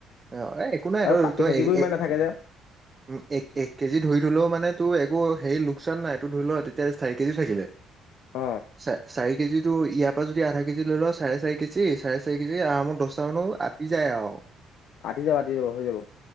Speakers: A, on the right (about 30°); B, on the left (about 75°).
A: অ এ একো নাই
B: আৰু
A: তই
B: পাকি-চাকিবোৰ
A: তই
B: ইমান নাথাকে যে
A: উম এক এক কেজি ধৰি থলেও মানে তোৰ এক আকৌ হেৰি লোকচান নাই এইটো ধৰি ল তেতিয়া চাৰি কেজি থাকিলে
B: অ
A: চা চাৰি কেজিটো ইয়াৰ পৰা যদি আধা কেজি লৈ লওঁ চাৰে চাৰি কেজি চাৰে চাৰি কেজি আৰামত দশটা মানুহ আটি যায় আৰু
B: আটি যাব আটি যাব হৈ যাব।